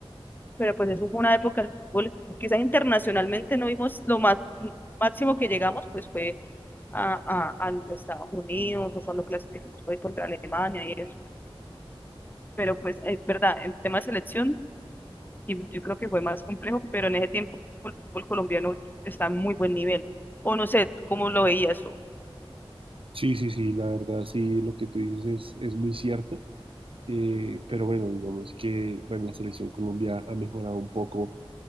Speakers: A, on the left (about 20°); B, on the right (about 65°).
A: pero pues eso fue una época del fútbol. Quizás internacionalmente no vimos lo más máximo que llegamos, pues fue a, a, a los Estados Unidos o cuando clasificamos fue contra Alemania y eso. Pero pues es verdad, en tema de selección y yo creo que fue más complejo, pero en ese tiempo el fútbol colombiano está en muy buen nivel. O no sé, ¿cómo lo veías?
B: Sí, sí, sí, la verdad, sí, lo que tú dices es, es muy cierto. Eh, pero bueno, digamos que bueno, la selección Colombia ha mejorado un poco